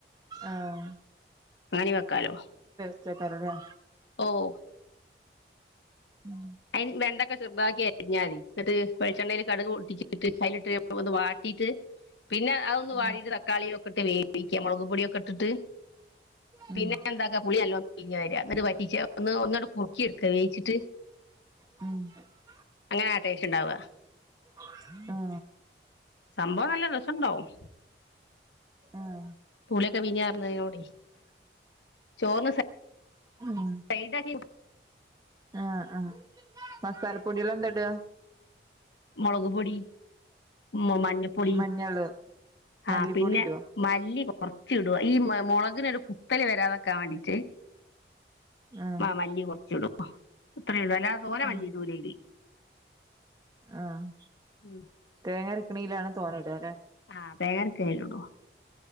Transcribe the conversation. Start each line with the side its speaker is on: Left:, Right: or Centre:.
Right: ആഹ്
Left: അങ്ങനെ വെക്കാലോ
Right: പച്ചക്കറി ല്ലേ
Left: ഓഹ്
Right: ഉം
Left: അതിന് വെണ്ടൊക്കെ ചെറുതാക്കി അരിഞാ മതി എന്നിട്ട് വെളിച്ചെണ്ണയിൽ കടുക് പൊട്ടിച്ചിട്ട് അതിലിട്ട് ഒന്ന് വാട്ടിയിട്ട് പിന്നെ അതൊന്ന് വാടിയിട്ട്
Right: ഉം
Left: തക്കാളിയൊക്കെ ഇട്ട് വേവിക്ക മുളക് പൊടിയൊക്കെ ഇട്ടിട്ട്
Right: ഉം
Left: പിന്നെ എന്താക്കാ പുളിനല്ലോ പിഞ്ഞ വരാ എന്നി് വറ്റിച്ച ഒന്ന് ഒന്നോടെ കുറുക്കി എടുക്കാ വേവിച്ചിട്ട്
Right: <unintelligible>
Left: അങ്ങനെ ടേസ്റ്റ് ഉണ്ടാവ
Right: <inaudible>
Left: സംഭവം നല്ല രസ ണ്ടാവും
Right: ആഹ്
Left: പൂളിയൊക്കെ പീ ഞാർന്ന് കൊടേ ചോറിന്ന്
Right: ഉം
Left: സൈഡാക്കി
Right: ആഹ് ആഹ് മസാലപ്പൊടേള് എന്താട
Left: മൊളക് പൊടി മ് മഞ്ഞപ്പൊടി
Right: മഞ്ഞള് മല്ലിപ്പൊടി
Left: ആ പിന്നെ
Right: ഇടോ
Left: മല്ലി കൊറച്ച് ഇടും ഈ മ മൊളകിനൊരു കുത്തൽ വരാതക്കാ വാണ്ടീറ്റ്
Right: ആഹ്
Left: ആ മല്ലി കൊറച്ച് ഇടും ഇത്രയൊള്ളൂ അല്ലാതെ തോന
Right: ആഹ്
Left: മല്ലിടൂലയ്ല്
Right: ആഹ്
Left: ഉം
Right: തേങ്ങരക്ക്ണീലാണ് തോന്നടാലെ
Left: ആഹ് തേങ്ങ അരക്ക്നേല്ടോ